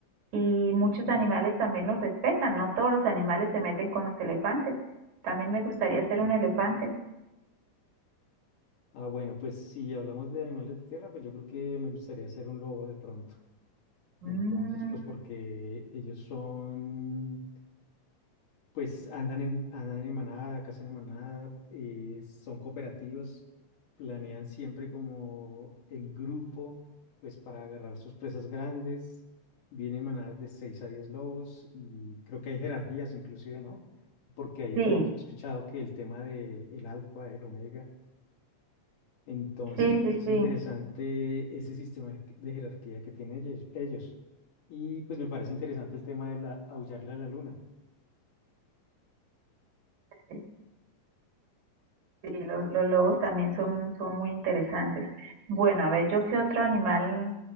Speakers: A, on the right (about 60°); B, on the left (about 65°).
A: y muchos animales también los respetan, no todos los animales se meten con los elefantes. También me gustaría ser un elefante.
B: Ah, bueno, pues si hablamos de animales de tierra, pues yo creo que me gustaría ser un lobo de pronto. Entonces,
A: Mm,
B: pues porque ellos son Pues andan en, andan en manada, cazan en manada, eh, son cooperativos, planean siempre como en grupo, pues para agarrar sus presas grandes. Vienen manadas de 6 a 10 lobos y creo que hay jerarquías inclusive, ¿no? Porque ahí
A: sí,
B: es donde he escuchado que el tema de el alfa, el omega, entonces
A: sí,
B: pues
A: sí,
B: es
A: sí.
B: interesante ese sistema de de jerarquía que tienen ellos. ellos. Y pues me parece interesante el tema de la, aullarle a la luna.
A: Sí, sí, los, los lobos también son, son muy interesantes. Bueno, a ver, yo qué otro animal